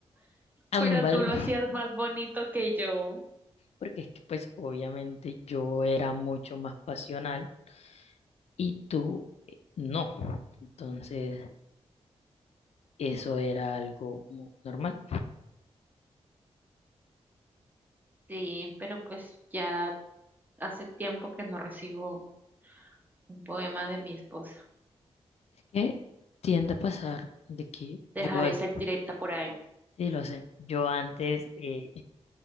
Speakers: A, on the left (about 70°); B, on the right (about 15°).
A: ambas,
B: pero tú lo
A: <laughs>
B: hacías más bonito que yo.
A: porque es que pues obviamente yo era mucho más pasional y tú eh, no. Entonces, eso era algo como normal.
B: Sí, pero pues ya hace tiempo que no recibo un poema de mi esposa.
A: Es que tiende a pasar de que
B: Dejaré
A: yo, es-
B: esa indirecta por ahí.
A: sí, lo sé, yo antes eh,